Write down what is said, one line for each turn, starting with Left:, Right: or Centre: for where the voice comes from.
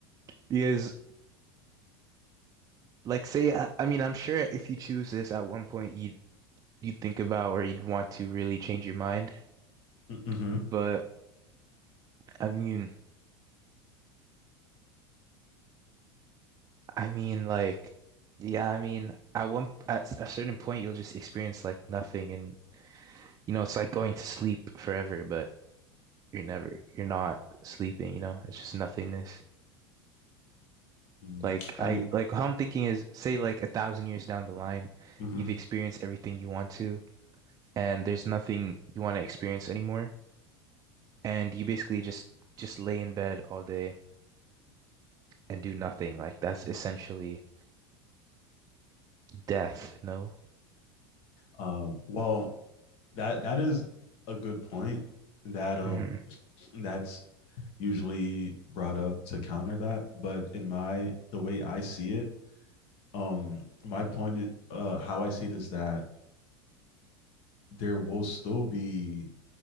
Right: because like say I, I mean I'm sure if you choose this at one point you'd you'd think about or you'd want to really change your mind.
Left: Mm-hmm.
Right: But I mean, I mean, like, yeah, I mean, at one at a certain point, you'll just experience like nothing, and you know, it's like going to sleep forever, but you're never, you're not sleeping. You know, it's just nothingness.
Left: Mm,
Right: Like I,
Left: I mean,
Right: like how I'm thinking is, say, like a thousand years down the line,
Left: mm-hmm.
Right: you've experienced everything you want to, and there's nothing you want to experience anymore, and you basically just just lay in bed all day and do nothing. Like that's essentially death. No.
Left: Um, well, that that is a good point that um
Right: hmm
Left: that's usually brought up to counter that, but in my the way I see it um my point uh how i see it is that there will still be